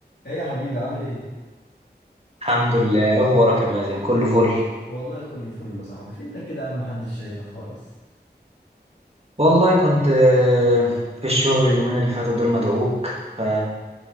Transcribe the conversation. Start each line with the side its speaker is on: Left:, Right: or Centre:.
Left: ايه يا حبيبي عامل ايه؟
Right: الحمد لله إيه اخبارك يا مازن كله فل
Left: والله كله فل يا صاحبي فينك كده يا عم محدش شايفك خالص
Right: والله كنت آه، في الشغل اليومين اللي فاتوا دول مدعوك ف